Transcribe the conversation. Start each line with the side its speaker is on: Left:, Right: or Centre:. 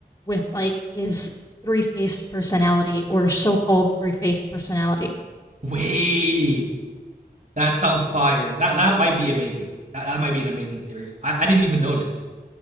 Left: with like his three faced personality or so called three faced personality?
Right: wait that sounds fire that that might be amazing that, that might be an amazing theory i, I didn't even notice